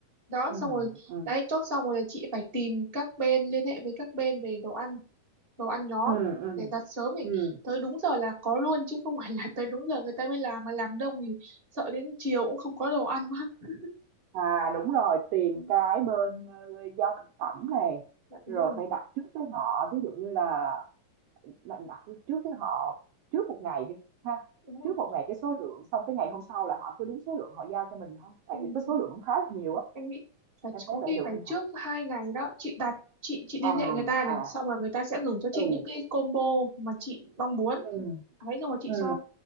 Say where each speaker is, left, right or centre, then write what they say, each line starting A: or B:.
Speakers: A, on the right; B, on the right.
A: đó
B: ừ
A: xong rồi
B: ừ
A: đấy chốt xong rồi là chị phải tìm các bên liên hệ với các bên về đồ ăn đồ ăn nhóm
B: ừ ừ
A: để đặt sớm thì
B: ừ.
A: tới đúng giờ là có luôn chứ không phải là tới đúng giờ người ta mới làm mà làm đông thì sợ đến chiều cũng không có đồ ăn quá
B: À đúng rồi, tìm
A: Ừ,
B: cái bên ờ, giao thực phẩm này
A: dạ đúng
B: rồi
A: rồi
B: phải đặt trước với họ, ví dụ như là đặt đặt trước với họ trước một ngày đi ha.
A: đúng rồi
B: Trước một ngày cái số lượng xong cái ngày hôm sau là họ cứ đúng số lượng họ giao cho mình thôi. Tại
A: ừ.
B: vì cái
A: ừ.
B: số lượng cũng khá là nhiều á.
A: em nghĩ phải
B: Em
A: có
B: thấy vậy
A: khi
B: được
A: phải
B: không thầy?
A: trước hai ngày đó chị đặt chị chị liên
B: À
A: hệ người ta này
B: à
A: xong rồi người ta sẽ gửi cho
B: ừ
A: chị những cái combo mà chị mong muốn
B: ừ
A: ấy xong rồi chị
B: ừ
A: cho